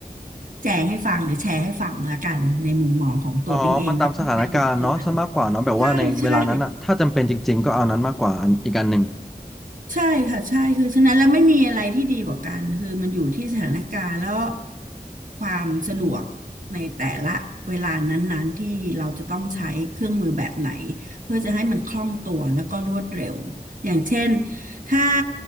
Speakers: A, on the right; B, in the centre.
A: แจงให้ฟังหรือแชร์ให้ฟังละกันในมุมมองของตัวปิ๊งเองและที่ใช้อยู่ปัจจุบัน
B: อ๋อมันตามสถานการณ์เนาะซะมากกว่าเนาะแบบว่าในเวลานั้นอะถ้าจำเป็นจริงๆก็เอานั้นมากกว่าอันอีกอันหนึ่ง
A: ใช่ใช่ ใช่ค่ะใช่คือฉะนั้นแล้วไม่มีอะไรที่ดีกว่ากันคือมันอยู่ที่สถานการณ์แล้วความสะดวกในแต่ละเวลานั้นๆที่เราจะต้องใช้เครื่องมือแบบไหนเพื่อจะให้มันคล่องตัวแล้วก็รวดเร็วอย่างเช่นถ้า